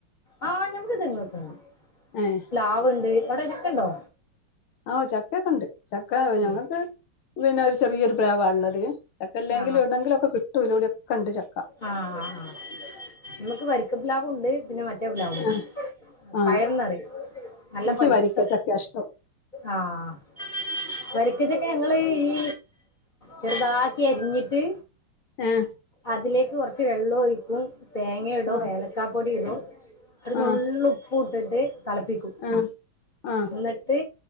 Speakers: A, on the left (about 25°); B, on the left (about 70°).
A: ആഹ് ഞമ്മക്ക് <unintelligible>
B: ഏഹ്
A: പ്ലാവ്ണ്ട് അവടെ ചക്കണ്ടോ?
B: ആഹ് ചക്ക ഒക്കെണ്ട് ചക്ക ഞങ്ങൾക്ക്
A: ഉം
B: പിന്നെ ഒരു ചെറിയൊരു പ്ലാവാഉള്ളത് ചക്ക ഇല്ലെങ്കിലും
A: ആഹ്
B: എവിട്നെങ്കിലും ഒക്കെ കിട്ടും ഇലൂടി ഒക്കെ ഉണ്ട് ചക്ക
A: ആഹ് ആഹ് ആഹ് നമ്മുക്ക് വരിക്കപ്ലാവുണ്ട് പിന്നെ മ പ്ലാവും
B: ആഹ് ആഹ്
A: പയന്നറിയും നല്ല
B: എനിക്ക്
A: പൈത്ത
B: വരിക്ക ചക്കയാ ഇഷ്ടം
A: ആഹ് വരിക്കച്ചക്കെ ഞങ്ങള് ഈ ചെറുതാ എരിഞ്ഞിട്ട്
B: ഏഹ്
A: അതിലേക്ക് കുറച്ച് വെള്ളം ഒഴിക്കും തേങ്ങ ഇടും
B: ആഹ്
A: ഏലക്കാ പൊടി ഇടും ഒരു നുള്ള്
B: ആഹ്
A: ഉപ്പുഇട്ടിട്ട് തിളപ്പിക്കും
B: ആഹ് ആഹ്
A: ന്നട്ട്